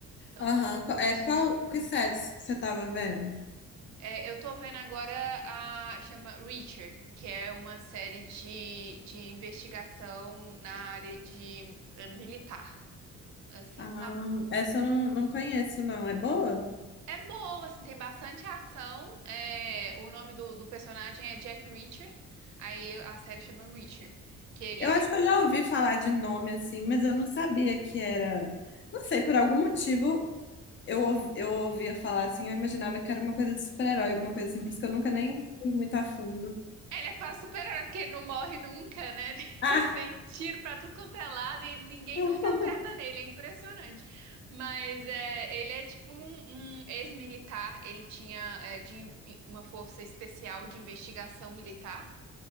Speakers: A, on the right; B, on the left.
A: Então
B: Aham.
A: quase não
B: Qu-
A: tô assistindo
B: É, qual,
A: filme.
B: que séries que você tava vendo?
A: É, eu tô vendo agora a chama Reacher, que é uma série de, de investigação na área de eh, militar, assim,
B: Ah,
A: sabe?
B: essa eu não, não conheço, não. É boa?
A: É boa, assim, tem bastante ação. é, o nome do, do personagem é Jack Reacher. Aí a série chama Reacher, que ele
B: Eu
A: é
B: acho
A: tipo
B: que eu já ouvi falar de nome assim, mas eu não sabia que era. Não sei, por algum motivo Eu, ouv- eu ouvia falar assim, eu imaginava que era uma coisa de super-herói, alguma coisa assim, por isso que eu nunca nem fui muito a fundo.
A: Ele é quase super-herói, porque ele não morre nunca, né? <laughs>
B: Ah!
A: Tem tem tiro pra tudo quanto é lado e ninguém
B: <laughs>
A: nunca acerta nele, é impressionante. Mas é, ele é tipo um, um ex-militar, ele tinha é, de- uma força especial de investigação militar.